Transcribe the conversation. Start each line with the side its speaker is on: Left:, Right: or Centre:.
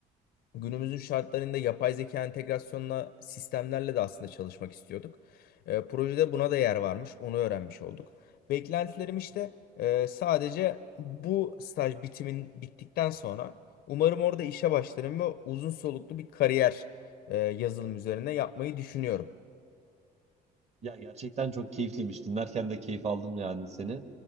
Left: günümüzün şartlarında yapay zeka entegrasyonla sistemlerle de aslında çalışmak istiyorduk. Ee, projede buna da yer varmış. Onu öğrenmiş olduk. Beklentilerim işte e, sadece bu staj bitimin bittikten sonra umarım orada işe başlarım ve uzun soluklu bir kariyer e, yazılım üzerine yapmayı düşünüyorum.
Right: Ya gerçekten çok keyifliymiş. Dinlerken de keyif aldım yani seni.